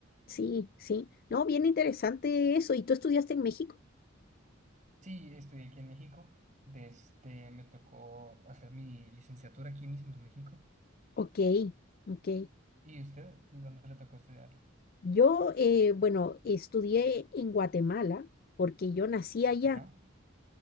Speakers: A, on the left; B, on the right.
A: sí, sí. No, bien interesante eso. ¿Y tú estudiaste en México?
B: Sí, estudié aquí en México, desde me tocó hacer mi licenciatura aquí mismo en México.
A: Ok, ok.
B: ¿Y usted dónde le tocó estudiarla?
A: Yo, eh, bueno, estudié en Guatemala porque yo nací allá
B: Ajá,